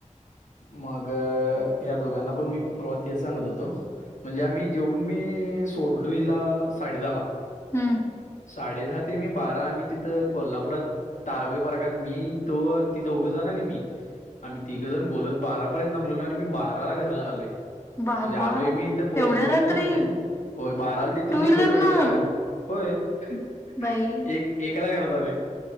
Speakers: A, on the left; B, on the left.
A: मग ह्या दोघांना पण मी परवा तेच सांगत होतो. म्हणजे आम्ही जेऊन मी सोडलो हिला साडे दहा ला.
B: हम्म
A: साडे दहा ते मी बारा आम्ही तिथं कोल्हापुरात ताराबाई पार्कात मी तो ती दोघजण आणि मी आम्ही तिघजण बोलत बारापर्यंत थांबलेलो आणि मी बाराला घरला आलोय.
B: बाबा
A: म्हणजे आलोय मी इथं पोहोचलोय
B: एवढ्या
A: किती
B: रात्री
A: ला माहितीये, होय बाराला तिथून
B: टू
A: निघलेलो
B: व्हीलर
A: एकला
B: न
A: घर होय ह
B: बाई
A: एक एकला घरात आलोय.